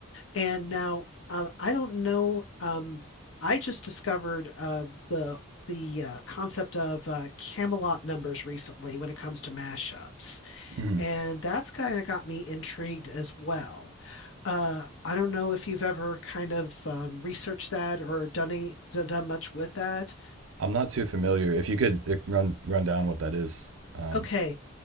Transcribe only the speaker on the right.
Mm-hmm.
I'm not too familiar. If you could uh, run run down what that is. Um,